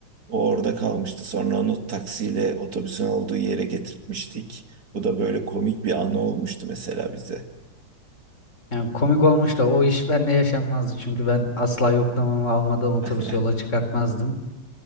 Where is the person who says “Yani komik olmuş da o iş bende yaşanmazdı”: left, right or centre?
Left